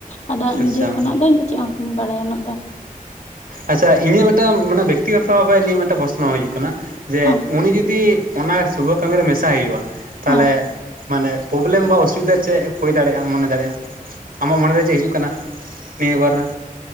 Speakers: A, on the left (about 50°); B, on the right (about 75°).
A: ᱟᱫᱚ
B: ᱟᱪᱪᱷᱟ
A: ᱱᱤᱡᱮ ᱠᱷᱚᱱᱟᱜ ᱫᱚ ᱤᱧ ᱫᱚ ᱪᱮᱫ ᱦᱚᱸ ᱵᱟᱹᱧ ᱵᱟᱲᱟᱭᱟ ᱩᱱᱟᱹᱜ ᱫᱚ
B: ᱟᱪᱪᱷᱟ ᱤᱧᱟᱹᱜ ᱢᱤᱫᱴᱟᱝ ᱢᱟᱱᱮ ᱵᱮᱠᱛᱤᱜᱚᱛᱚ ᱵᱷᱟᱵᱮ ᱱᱤᱭᱟᱹ ᱢᱤᱫᱴᱟᱝ ᱯᱚᱥᱱᱚ ᱦᱩᱭᱩᱜ ᱠᱟᱱᱟ ᱡᱮ
A: ᱦᱮᱸ
B: ᱩᱱᱤ ᱡᱩᱫᱤ ᱚᱱᱟ ᱥᱩᱵᱟᱹ ᱠᱟᱹᱢᱤ ᱨᱮ ᱢᱮᱥᱟᱭ ᱦᱩᱭᱩᱜᱼᱟ ᱛᱟᱦᱞᱮ
A: ᱦᱮᱸ
B: ᱢᱟᱱᱮ ᱯᱚᱵᱞᱮᱢ ᱵᱟ ᱚᱥᱩᱵᱤᱫᱟ ᱪᱮᱫ ᱦᱩᱭ ᱫᱟᱲᱮᱭᱟᱜᱼᱟ ᱢᱚᱱᱮ ᱫᱟᱲᱮᱭᱟᱜᱼᱟ ᱟᱢᱟᱜ ᱢᱚᱱᱮ ᱨᱮ ᱪᱮᱫ ᱦᱤᱡᱩᱜ ᱠᱟᱱᱟ ᱱᱤᱭᱟᱹ ᱵᱟᱨ ᱨᱮ